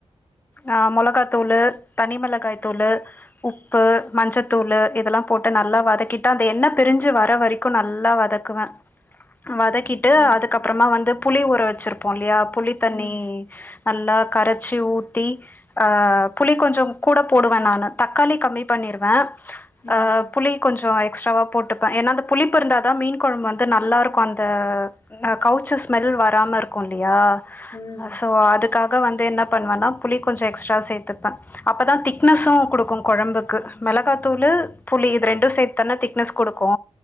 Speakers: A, on the left; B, on the left.
A: அ மொளகாத்தூளு தனி மிளகாய்த்தூளு உப்பு மஞ்சத்தூளு இதெலாம் போட்டு நல்லா வதக்கிட்டு அந்த எண்ணெப் பிரிஞ்சு வர வரைக்கு நல்லா வதக் க்குவே வதக்கிட் ட்டு
B: ம்
A: அதுக்கப்றமா வந்து புளி ஊற வச்சிருப்போ இல்யா புளி தண்ணி
B: ம்
A: நல்லா கரச்சி ஊத்தி ஆ புளி கொஞ்சும் கூட போடுவே நானு தக்காளி கம்மி பண்ணிருவே
B: ம்
A: ஆ புளி கொஞ்சோ ஆ எக்ஸ்ட்ராவா போட்டுப்பே ஏன்னா அந்த புளிப் இருந்தாதா மீன் கொழம் வந்து நல்லார்க்கு அந்த நா கவ்ச்ச ஸ்மெல் வராம ருக்கு இல்லியா
B: ம்
A: அ சோ அதுக்கா கு வந்து என்னா பண்வன்னா புளி கொஞ்சோ எக்ஸ்ட்ரா சேத்துப்பே அப்பதா திக்னஸு குடுக்கு கொழம்புக்கு மெளகாத்தூளு புளி இத் ரெண்டு சேத்தன திக்னஸ் குடுக்கு